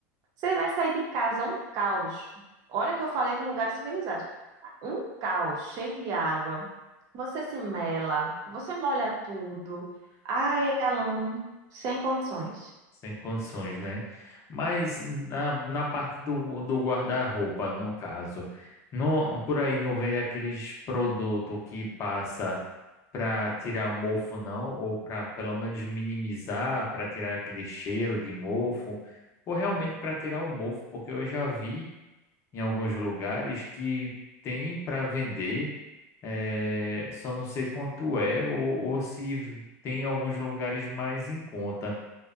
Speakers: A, on the right; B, on the left.
A: Você vai sair de casa um caos. Olha que eu falei de lugares civilizados. Um caos cheio de água. Você se mela, você molha tudo. Ai, Alan, sem condições.
B: Sem condições, né? Mas na, na parte do, do guarda-roupa, no caso, não por aí não vende aqueles produtos que passa para tirar mofo, não? Ou para pelo menos minimizar, para tirar aquele cheiro de mofo, ou realmente para tirar o mofo, porque eu já vi em alguns lugares que tem para vender, eh, só não sei quanto é, ou, ou se tem em alguns lugares mais em conta